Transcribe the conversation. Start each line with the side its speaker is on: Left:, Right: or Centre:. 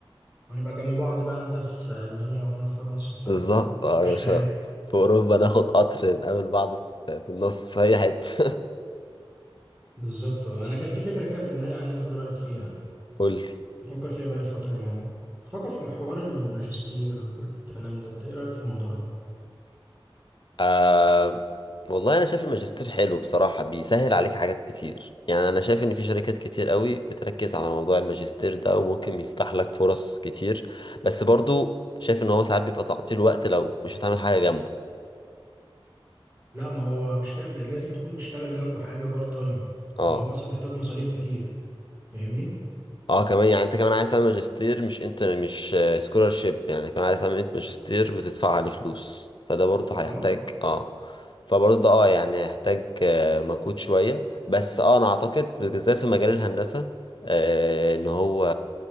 Right: وهنبقى جنب بعض بقى انت في المانيا وانا في فرنسا ف
Left: بالظبط اه
Right: قشطة
Left: يا باشا
Right: يعني
Left: في اوروبا ناخد قطر نقابل بعض في في النص في اي حته
Right: بالظبط آه، انا كان في فكرة كده في دماغي عايز اخد رأيك فيها
Left: <laughs> قولي
Right: تفكر فيها بقالي فترة يعني بفكر في محور الماجستير والكلام ده انت ايه رأيك في الموضوع ده
Left: آه والله انا شايف الماجستير حلو بصراحه بيسهل عليك حاجات كتير يعني انا شايف ان في شركات كتير قوي بتركز على موضوع الماجستير ده وممكن يفتح لك فرص كتير بس برضو شايف ان هو ساعات بيبقى تعطيل وقت لو مش هتعمل حاجه جنبه
Right: لا ما هو مش لازم يعني لازم تكون بتشتغل جنبه حاجة بارت تايم
Left: اه
Right: ان هو اصلا محتاج مصاريف كتير فاهمني
Left: اه كمان يعني انت كمان عايز تعمل ماجستير مش انت مش سكولارشيب يعني كمان عايز تعمل انت ماجستير بتدفع عليه فلوس فده برضه هيحتاج
Right: اه
Left: اه فبرضه ده اه يعني هيحتاج آه، مجهود شوية بس اه انا اعتقد بالذات في مجال الهندسة آه ان هو